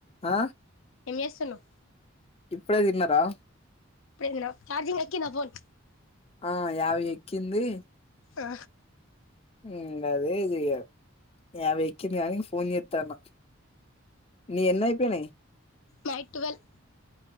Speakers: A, on the left (about 30°); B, on the left (about 70°).
A: ఆ
B: ఎం చేస్తున్నావ్
A: ఇప్పుడే తిన్నారా
B: ఇప్పుడే తిన్నాం చార్జింగ్ ఎకింద ఫోన్
A: ఆ యాభై ఎక్కింది
B: ఆ
A: మ్ అదే చెయ యాభై ఎకింది గాని ఫోన్ చెతాన్న నీ ఎన్న అయిపోయినాయి
B: night twelve